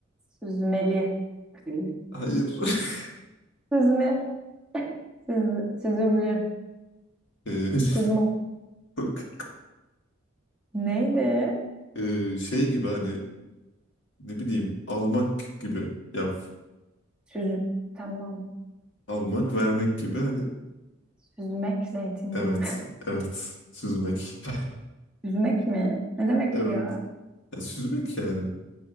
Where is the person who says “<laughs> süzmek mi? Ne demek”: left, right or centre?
Centre